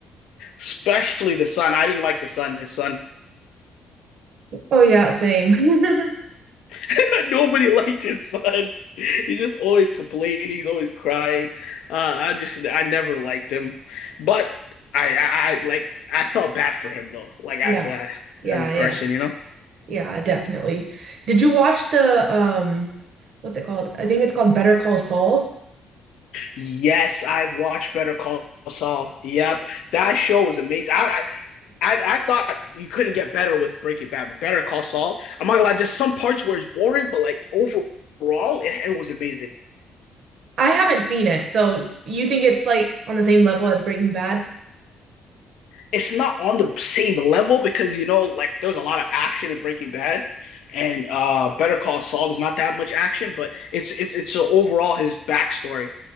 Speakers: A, on the left; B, on the right.
A: especially the son. I didn't like the son. His son
B: Oh yeah, same. <laughs>
A: <laughs> Nobody liked his son. He's just always complaining. He's always crying. Uh, I just I never liked him, but I, I I like I felt bad for him though. Like
B: Yeah,
A: as a
B: yeah,
A: as a person,
B: yeah.
A: you know.
B: Yeah, definitely. Did you watch the um what's it called? I think it's called Better Call Saul.
A: Yes, I've watched Better Call Saul. Yep, that show was amazing. I, I I, I thought you couldn't get better with Breaking Bad, but Better Call Saul. I'm not gonna lie, there's some parts where it's boring, but like overall, it, it was amazing.
B: I haven't seen it. So, you think it's like on the same level as Breaking Bad?
A: it's not on the same level because you know like there's a lot of action in Breaking Bad and uh Better Call Saul is not that much action but it's it's it's uh, overall his backstory